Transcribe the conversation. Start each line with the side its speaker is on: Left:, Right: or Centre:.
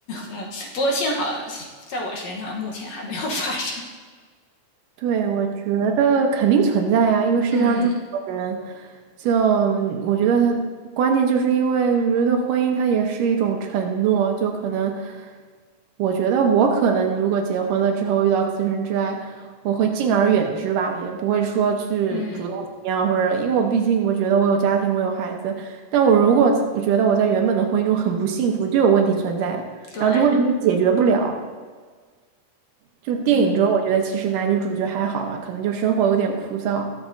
Left: 嗯，不过幸好在我身上目前还没有发生。
Right: 对，我觉得肯定存在啊，
Left: <laughs>
Right: 因为世界上这么多人，
Left: 嗯
Right: 就嗯我觉得关键就是因为我觉得婚姻它也是一种承诺，就可能我觉得我可能如果结婚了之后遇到此生挚爱，我会敬而远之吧，也不会说去主动怎么样，
Left: 嗯，
Right: 或者因为我毕竟我觉得我有家庭，我有孩子，但我如果我觉得我在原本的婚姻中很不幸福，就有问题存在，
Left: 对，
Right: 然后这问题也解决不了。就电影中，
Left: 嗯
Right: 我觉得其实男女主角还好吧，可能就生活有点枯燥，